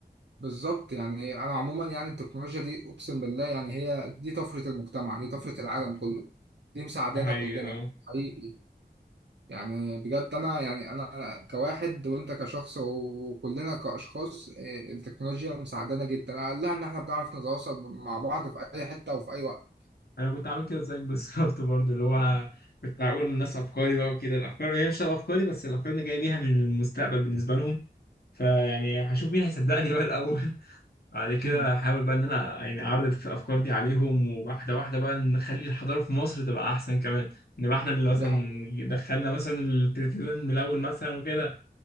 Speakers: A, on the right (about 85°); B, on the left (about 65°).
A: بالظبط يعني أنا عموما يعني التكنولوجيا دي أقسم بالله يعني هي دي طفرة المجتمع دي طفرة العالم كله دي مساعدانا
B: ده حقيقي
A: كلنا
B: اه
A: حقيقي يعني بجد أنا يعني أنا كواحد وأنت كشخص وكلنا كأشخاص إيه، التكنولوجيا مساعدانا جدا أقلها إن إحنا بنعرف نتواصل مع بعض في أي حتة وفي أي وقت
B: انا كنت عامل كده زيك بالظبط برضو اللي هو كنت هقول للناس افكاري بقى وكده الافكار هي مش تبقى افكاري بس الافكار اللي جاي بيها من المستقبل بالنسبه لهم فيعني هشوف مين هيصدقني بقى الاول <laughs> بعد
A: <laughs>
B: كده هحاول بقى ان انا يعني اعرض الافكار دي عليهم وواحده واحده بقى نخلي الحضاره في مصر تبقى احسن كمان نبقى احنا اللي مثلا
A: <clears throat> دي حقيقة
B: دخلنا مثلا التلفزيون ملون مثلا وكده